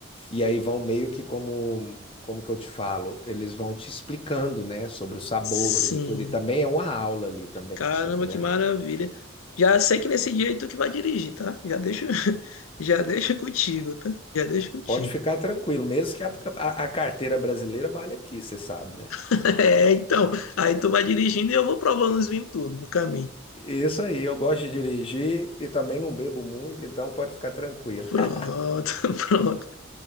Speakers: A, on the left; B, on the left.
A: E aí vão meio que como como que eu te falo, eles vão te explicando, né, sobre os sabores
B: Sim.
A: e tudo. E também é uma aula ali também,
B: Caramba,
A: você tá entendendo?
B: que maravilha. Já sei que nesse dia é tu que vai dirigir, tá? Já deixa, <laughs> já deixa contigo, tá? Já deixa contigo.
A: Pode ficar tranquilo, mesmo que a, a- a carteira brasileira vale aqui, você sabe, né?
B: <laughs> É, então, aí tu vai dirigindo e eu vou provando os vinhos tudo no caminho.
A: Isso aí, eu gosto de dirigir e também não bebo muito, então pode ficar tranquilo.
B: Pronto,
A: <laughs>
B: <laughs> pronto.